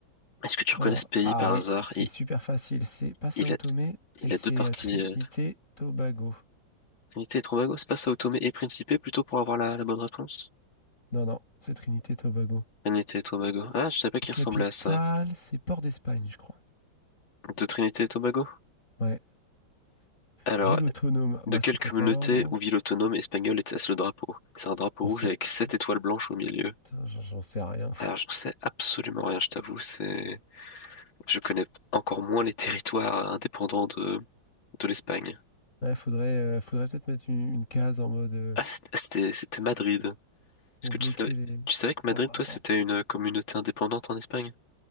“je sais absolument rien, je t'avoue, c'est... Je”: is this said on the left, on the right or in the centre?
Left